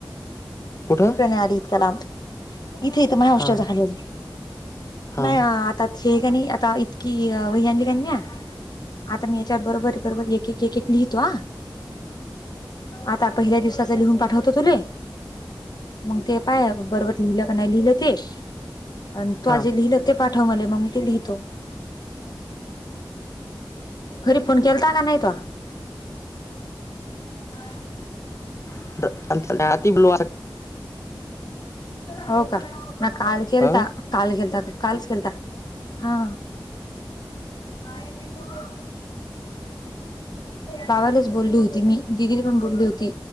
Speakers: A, on the left; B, on the left.
A: कुठं
B: तिकडे नाही आली इतक्यालांब इथे इथ माझ्या हॉस्टेलच्या
A: हां
B: खाली आली
A: हां
B: नाही आता त्यात हे क नये आता इतकी वही आणलेल्याण म्या आता मी याच्यावर बरोबर बरोबर एक एक एक एक लिहितो आ आता पहिल्या दिवसाच लिहून पाठवतो तुले मग ते पाय बरोबर लिहिलं का नाही लिहिलं ते अ तू
A: हां
B: आज जे लिहिलं ते पाठव मले मग मी ते लिहितो. घरी फोन केलता का नाही तो अ <inaudible>
A: बल <unintelligible>
B: हो का म्या काल केलता
A: असं
B: काल केलता कालच केलता हा काय ते <inaudible> बाबालाच बोलली होती मी दिदीला पण बोलली होती.